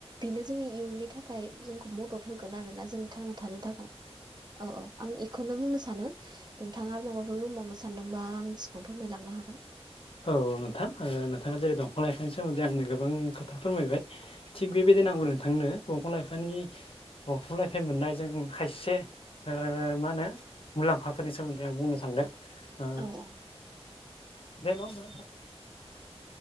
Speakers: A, on the right (about 40°); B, on the left (about 55°).
A: बेनो जोंनि इयुननि थाखाय जोंखौ मदद होगोन आरोना जों थांना थानो थाखाय। औ औ आं एखौनो बुंनो सानो। नोंथाङा आरो माबाफोर बुंबावनो सानदोंबा आं सिगाङावनो फोरमायलांनो हागोन।
B: औ नोंथां ओ खोथा जेरै दंफां लाइफां सोमोन्दै आं गोबां खोथा फोरमायबाय। थिग बेबायदिनो आंबो नोंथांनो दंफां लाइफांनि दंफां लाइफांनिफ्राय मोननायजों खायसे ओ मा होनो मुलाम्फाफोरनि सोमोन्दै आं बुंनो सान्दों ओ
A: औ औ
B: दे नंङा होमबा